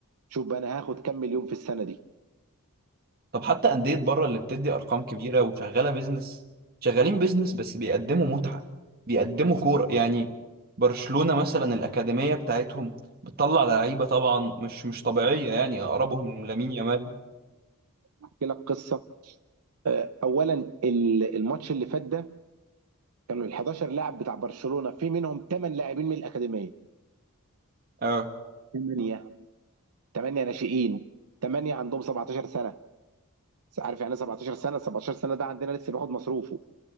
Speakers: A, on the right; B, on the right.
A: شوف بقى انا هاخد كام مليون في السنه دي
B: طب حتى انديه بره اللي بتدي ارقام كبيره وشغاله بيزنس شغالين بيزنس بس بيقدموا متعه بيقدموا كوره يعني برشلونه مثلا الاكاديميه بتاعتهم بتطلع لعيبه طبعا مش مش طبيعيه يعني اقربهم لامين يامال
A: احكي لك قصه آه، اولا ال- الماتش اللي فات ده كانوا ال 11 لاعب بتاع برشلونه في منهم 8 لاعبين من الاكاديميه
B: اه
A: 8 8 ناشئين 8 عندهم 17 سنه عارف يعني ايه 17 سنه 17 سنه ده عندنا لسه بياخد مصروفه